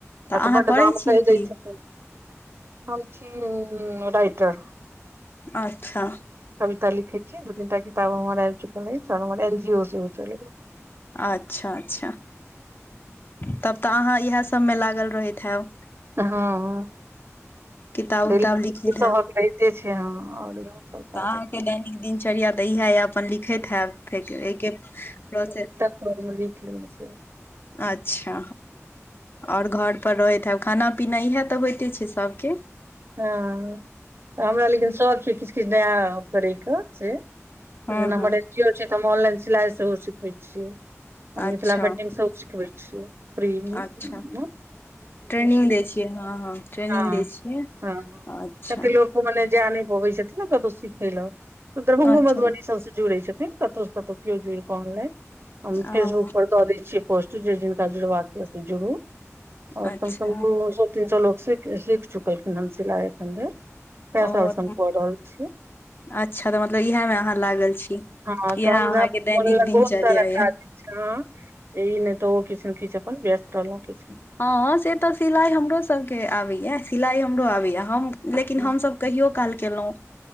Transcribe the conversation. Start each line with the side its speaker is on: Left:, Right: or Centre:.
Left: तऽ अहाँ
Right: बड
Left: करै
Right: दान
Left: छियै
Right: कहि दै
Left: की
Right: छथिन हम छी राइटर
Left: अच्छा
Right: कविता लिखे छीयै दू तीन टा किताबो हमर आएब चुकल ऐछ और हमर एन जी ओ सेहो चलया
Left: अच्छा अच्छा तब तऽ अहाँ इएह सब में लागल रहैत हयब
Right: हँ हँ
Left: किताब
Right: बिल्कुल
Left: उताब लिखैत
Right: <inaudible>
Left: हैब
Right: सभहक रहिते छ्य हँ और इहो सब काज
Left: तऽ अहाँके
Right: हैते
Left: दैनिक दिनचर्या तऽ इएहे अपन लिखैत है फेर एहिके प्रोसेस
Right: कनी मनी लिख लेने छिये
Left: अच्छा ओर घर पर रहैत हब खाना पीना इएह तऽ होइते छै सबके
Right: हँ तऽ हमरा लेकिन सभौ छै किछ किछ नया करयके छे त
Left: हँ
Right: जेना
Left: हँ
Right: हमर एन जी ओ छै त ऑनलाइन सिलाई सेहो सिखबै छियै मिथिला
Left: अच्छा
Right: पेंटिंग सोहो सिखबे छिये फ्रि म
Left: अच्छा ट्रेनिंग दै छियै हँ हँ ट्रेनिंग
Right: हँ
Left: दै छियै
Right: हँ
Left: अच्छा
Right: कते लोक मने जा नय पबै छथिन ने कतहु सिखय लए तऽ दरभंगो
Left: अच्छा
Right: मधुबनी सभसँ जुड़ै छथिन कतहुसँ कतहु केओ जुड़ि कऽ आनलाइन हम
Left: ओ
Right: फेसबुक पर दऽ दै छियै पोस्ट जे जिनका जुड़बाक य से जुड़ू ओर
Left: अच्छा
Right: कमसँ कम दू सए तीन सए लोकग सख सीख चुकलखिन हेन सिला एखनधेर कै
Left: ओ
Right: साल स हम कऽ रहल छी
Left: अच्छा तऽ मतलब इएह में अहाँ लागल छी
Right: हँ
Left: इएह
Right: तऽ हमरा
Left: अहाँके दैनिक
Right: करे लए
Left: दिनचर्या
Right: बहुत सारा
Left: ये
Right: काज हँ य नय तऽ ओ किछ ने किछ अपन व्यस्त रहलो किछ
Left: हँ से तऽ सिलाई हमरो सबके आबैया सिलाई हमरो आबैए हम लेकिन
Right: मे।
Left: हमसभ कहियो काल केलो